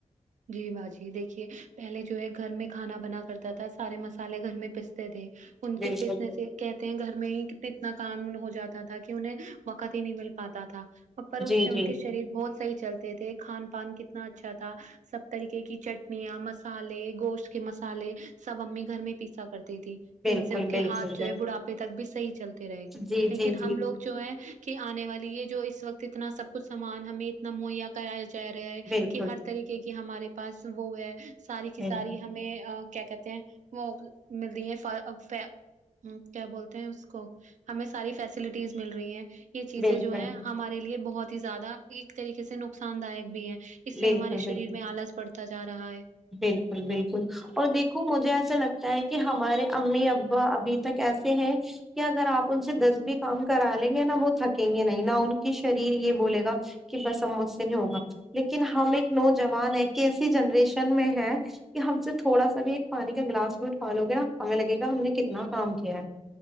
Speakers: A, on the right; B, in the centre.
A: جی با جی دیکھیے پہلے جو ہے گھر میں کھانا بنا کرتا تھا سارے مسالے گھر میں پستے تھے ان
B: بالکل
A: کے پسنے
B: بالکل
A: سے کہتے ہیں گھر میں ہی اتنا کام ہو جاتا تھا کہ انہیں وقت ہی نہیں مل پاتا تھا پر اس
B: جی
A: سے ان
B: جی
A: کے شریر بہت صحیح چلتے تھے کھان پان کتنا اچھا تھا سب طریقے کی چٹنیاں مسالے گوشت کے مسالے سب امی گھر میں پیسا کرتی تھی
B: بالکل
A: جن سے ان کے
B: بالکل
A: ہاتھ جو
B: بالکل،
A: ہے بڑھاپے تک بھی صحیح چلتے رہے
B: جی
A: لیکن
B: جی
A: ہم
B: جی
A: لوگ جو ہے کہ آنے والی ہے جو اس وقت اتنا سب کچھ سامان ہمیں اتنا مہیا کہیا جا رہا ہے
B: بالکل
A: کہ ہر طریقے کی ہمارے پاس وہ ہے ساری کی
B: بل-
A: ساری ہمیں کیا کہتے ہیں وہ ملتی <unintelligible> ہے کیا بولتے ہیں اس کو ہمیں ساری فیسلٹیز مل رہی ہیں یہ چیزیں
B: بالکل
A: جو ہے ہمارے لیے بہت ہی زیادہ ایک طریقے سے نقصان دایک بھی ہے اس سے
B: بالکل
A: ہمارے
B: بالکل
A: شریر میں آلس پڑتا جا رہا ہے
B: بالکل بالکل اور دیکھو مجھے ایسا لگتا ہے کہ ہمارے امی ابا ابھی تک ایسے ہیں کہ اگر آپ ان سے دس بھی کام کرا لیں گے نا وہ تھکیں گے نہیں نہ ان کی شریر یہ بولے گا کہ بس اب مجھ سے نہیں ہوگا لیکن ہم ایک نوجوان ہے کہ ایسی جنریشن میں ہے کہ ہم سے تھوڑا سا بھی ایک پانی کا گلاس بھی اٹھوا لو گے ہمیں لگے گا ہم نے کتنا کام کیا ہے